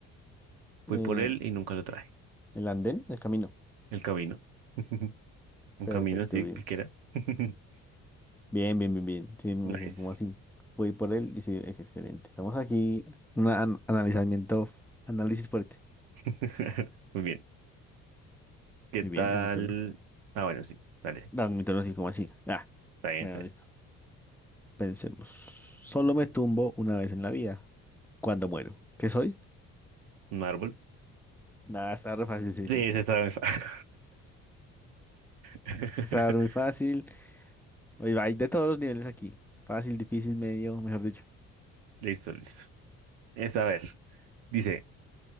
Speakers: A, on the right (about 80°); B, in the centre.
A: Fui
B: Eh,
A: por él y nunca lo traje.
B: ¿El andén? El camino.
A: El camino. <laughs> Un
B: Perfecto,
A: camino, sí,
B: bien.
A: cualquiera. <laughs>
B: Bien, bien, bien, bien. Sí, me
A: Nice.
B: dije, como así? Voy por él y sí, excelente. Estamos aquí. Un an- analizamiento, análisis fuerte.
A: <laughs> Muy bien. ¿Qué
B: Muy
A: tal?
B: bien, es mi turno.
A: Ah, bueno, sí. Vale,
B: No, mi turno así como así. Ah,
A: está bien,
B: bueno,
A: está bien.
B: listo. Pensemos. Solo me tumbo una vez en la vida. Cuando muero. ¿Qué soy?
A: Un árbol.
B: Nada, está re fácil, sí,
A: Sí,
B: sí, sí.
A: ese está muy fácil. <laughs>
B: Está muy fácil. Oye, Hay de todos los niveles aquí. Fácil, difícil, medio, mejor dicho.
A: Listo, listo. Es a ver, dice,